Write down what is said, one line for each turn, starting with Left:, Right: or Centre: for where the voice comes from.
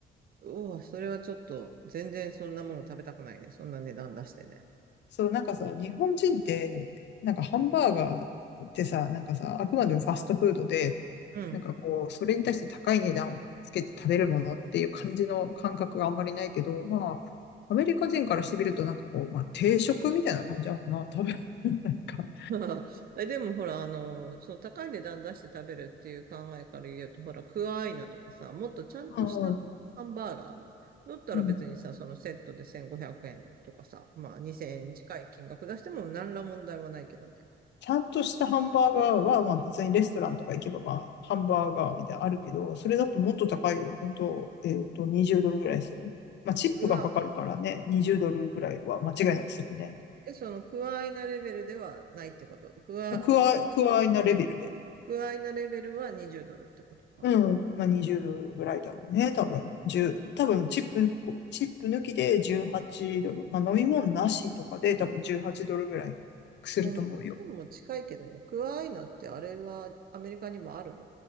Right: うわ、それはちょっと、全然そんなもの食べたくないね。そんな値段出してね。
Left: そう、なんかさ、日本人って、なんかハンバーガーってさ、なんかさ、あくまでもファストフードで、
Right: うん。
Left: なんかこう、それに対して高い値段をつけて食べるものっていう感じの感覚があんまりないけど、まあ、アメリカ人からしてみると、なんかこう、まあ、定食みたいな感じなのかな、多分。<laughs> なんか、
Right: <laughs> え、でもほら、あの、その高い値段出して食べるっていう考えから言うと、ほら、クアアイナとかさ、もっとちゃんとしたハンバーガーだったら別にさ、
Left: うん、うん。
Right: そのセットで1500円とかさ、まあ2000円近い金額出しても何ら問題はないけどね。
Left: ちゃんとしたハンバーガーは、まあ普通にレストランとか行けば、まあハンバーガーみたいなのあるけど、それだともっと高いよ。本当えっと、20ドルぐらいする。まあチップがかかるからね、
Right: クワ、
Left: 20ドルぐらいは間違いなくするね。
Right: え、そのクアアイナレベルではないってこと。クア、
Left: クワ、クワイなレベルで。
Right: クアアイナレベルは20ドルってことか。
Left: うん。まあ20ドルぐらいだろうね、多分。10、多分チップ、チップ抜きで18ドル。まあ飲み物なしとかで多分18ドルぐらいすると思うよ。
Right: まあ日本も近いけどね、クアアイナってあれはアメリカにもあるの